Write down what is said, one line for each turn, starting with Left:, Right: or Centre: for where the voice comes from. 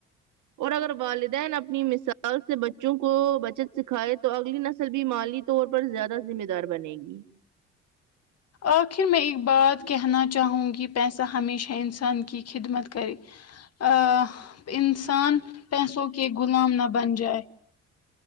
Right: اور اگر والدین اپنی مثال سے بچوں کو بچت سکھائے تو اگلی نس ل بھی مالی طور پر زیادہ ذمہ دار بنے گی
Left: آخر میں ایک بات کہنا چاہوں گی پیسہ ہمیشہ انسان کی خدمت کرے ا ہ انسان پیسوں کے غلام نہ بن جائے